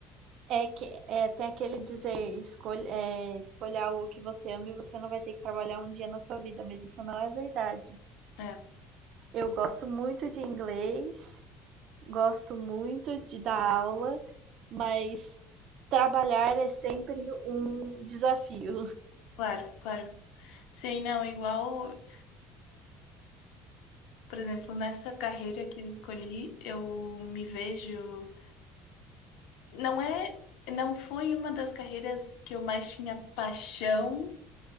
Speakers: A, on the right; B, on the left.
A: É que é, tem aquele dizer, escolha, é, escolha algo que você ama e você não vai ter que trabalhar um dia na sua vida, mas isso não é verdade.
B: É,
A: Eu gosto muito de inglês, gosto muito de dar aula, mas trabalhar é sempre um desafio.
B: claro, claro. Sei, não, é igual, por exemplo, nessa carreira que eu escolhi, eu me vejo. Não é, não foi uma das carreiras que eu mais tinha paixão